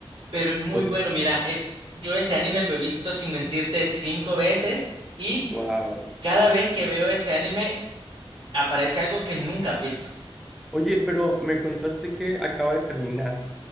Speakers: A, on the right (about 85°); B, in the centre.
A: Pero es
B: <laughs>
A: muy bueno, mira, es, yo ese anime lo he visto sin mentirte cinco veces y
B: Wow.
A: cada vez que veo ese anime aparece algo que nunca has visto.
B: Oye, pero me contaste que acaba de terminar.